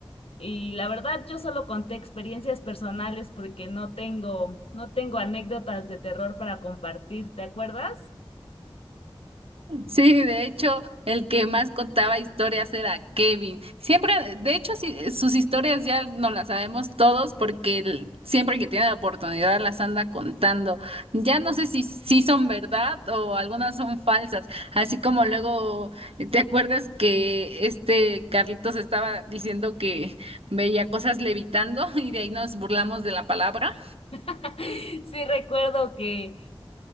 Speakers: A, on the left; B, on the right.
A: Y la verdad, yo solo conté experiencias personales porque no tengo, no tengo anécdotas de terror para compartir, ¿te acuerdas?
B: Sí, de hecho, el que más contaba historias era Kevin. Siempre, de hecho, sí, sus historias ya no las sabemos todos porque él siempre que tiene la oportunidad las anda contando. Ya no sé si, si son verdad o algunas son falsas. Así como luego, ¿te acuerdas que este Carlitos estaba diciendo que veía cosas levitando <laughs> y de ahí nos burlamos de la palabra?
A: <laughs> Sí, recuerdo que